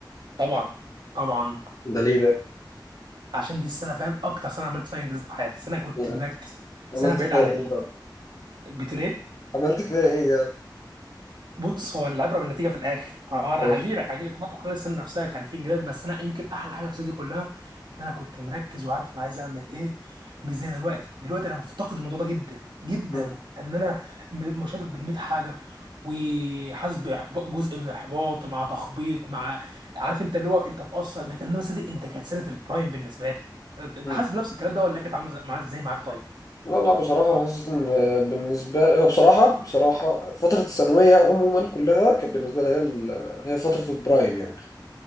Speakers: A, on the right (about 70°); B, on the left (about 45°).
A: طبعا طبعا
B: ده ليه ده؟
A: عشان دي السنه فاهم اكتر سنه عملت فيها انجازات في حياتي سنه كنت
B: يعني
A: مركز
B: عملت
A: سنه بعيد
B: فيها
A: عن
B: إيه يا رب؟
A: البتوليه
B: عملت فيها إيه يا رب؟
A: بص هو العبره بالنتيجه في الاخر اه انا
B: ماشي
A: هجيلك هجيلك برضه خلال السنه نفسها كان في انجازات بس انا يمكن احلى حاجه في السنه دي كلها ان انا كنت مركز وعارف انا عايز اعمل ايه مش زي دلوقتي دلوقتي انا مفتقد الموضوع ده جدا جدا
B: مم.
A: ان انا م- مشتت بين 100 حاجه وحاسس باحباط جزء من الاحباط مع تخبيط مع عارف انت اللي هو انت مقصر انك انما صدق انت كانت سنه البرايم بالنسبه لي انت أنت
B: مم.
A: حاسس بنفس الكلام ده ولا كانت عامله زي- معاك- ازاي معاك طيب
B: لا لا بصراحة أنا حاسس إن بالنسبة هو بصراحة بصراحة فترة الثانوية عموما كلها كانت بالنسبة لي هي ال- هي فترة البرايم يعني